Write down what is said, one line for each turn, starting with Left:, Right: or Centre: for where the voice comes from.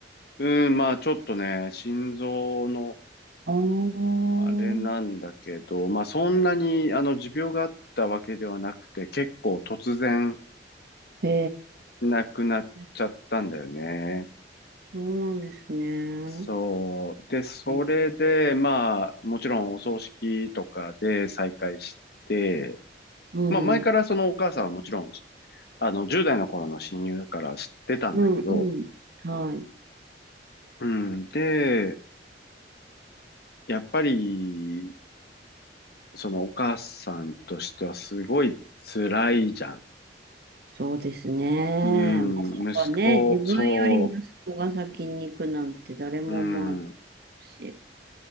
Left: うん、まあ、ちょっとね、心臓の、
Right: ああー、
Left: あれなんだけど、まあ、そんなに、あの、持病があったわけではなくて、結構突然、
Right: へ
Left: なくなっちゃったんだよね。
Right: え。そうなんですね。う
Left: そう。で、それで、
Right: ん。
Left: まあ、もちろんお葬式とかで再会して、
Right: うん。
Left: まあ、前からそのお母さんはもちろん、あの、10代の頃の親友だから知ってたんだけど、
Right: うんうん。はい。
Left: うん。で、やっぱり、そのお母さんとしてはすごい辛いじゃん。
Right: そうですね。
Left: うん、
Right: まさかね、
Left: 息子、
Right: 自分より息子が先に行くなんて誰も思わない
Left: そう、うん、
Right: し。